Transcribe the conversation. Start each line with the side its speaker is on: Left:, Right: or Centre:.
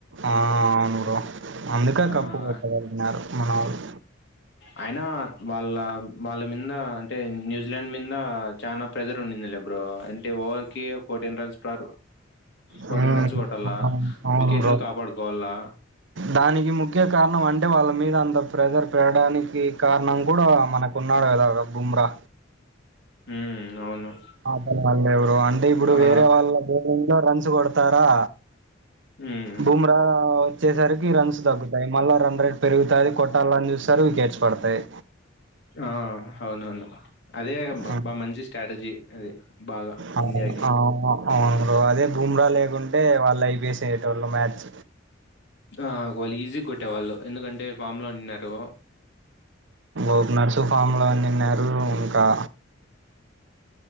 Right: ఆ అవును బ్రో అందుక
Left: ఆహ్
Right: కప్పు కొట్టగలిగినారు మనోళ్ళు
Left: అయినా వాళ్ళ వాళ్ళ మింద అంటే న్యూజిలాండ్ మింద చానా ప్రెజర్ ఉండింది లేె బ్రో అంటే ఓవర్కి ఫోర్టీన్ రన్స్ ప్ర ఫోర్టీన్
Right: హ్మ్
Left: రన్స్ కొట్టాల
Right: అవునవును. అవును
Left: వికెట్లు
Right: బ్రో
Left: కాపాడుకోవాలా
Right: దానికి ముఖ్య కారణం అంటే వాళ్ళ మీద అంత ప్రెజర్ పేడానికి కారణం కూడా మనకున్నాడు కదా బుమ్రా
Left: హ్మ్ అవును
Right: ఆటగాళ్లు ఎవరో అంటే ఇప్పుడు
Left: ఆ
Right: వేరే వాళ్ళ గేమ్ లో రన్ ద్ కొడతారా
Left: హ్మ్
Right: బుమ్రా సరికి రన్స్తతగ్గుతాయి మళ్ళా రన్ రేట్ పెరుగుతాది కొట్టా రన్ చూస్తారు వికెట్స్ పడతాయ్
Left: ఆ అవునవును అదే బ
Right: హ్మ్.
Left: బా మంచి స్ట్రాటజీ అదే బాగ
Right: అవును.
Left: ఇండియాకి
Right: అవును. అవును బ్రో అదే భూమ్రా లేకుం టే వాలైపోసేయేటోళ్లు మ్యాచ్
Left: ఆ వాళ్ళు ఈజీ కొట్టేవాళ్ళు ఎందుకంటే ఫామ్లో ఉన్నీన్నారు
Right: ఓపనర్స్ ఫామ్ లో ఉన్నిన్నారు కా